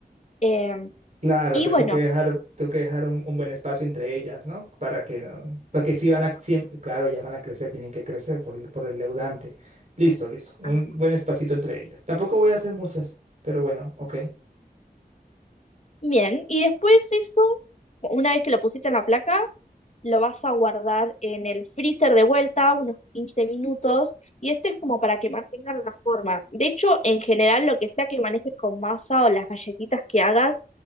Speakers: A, on the left; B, on the right.
A: em,
B: Claro,
A: y
B: entonces
A: bueno,
B: tengo que dejar, tengo que dejar un, un buen espacio entre ellas, ¿no? Para que no, porque si van a siempre, claro, ellas van a crecer, tienen que crecer por el, por el leudante. Listo, listo. Un
A: ajá,
B: buen espacito entre ellas. Tampoco voy a hacer muchas, pero bueno, ok.
A: bien, y después eso, una vez que lo pusiste en la placa, lo vas a guardar en el freezer de vuelta, unos 15 minutos, y esto es como para que mantengan la forma. De hecho, en general, lo que sea que manejes con masa o las galletitas que hagas,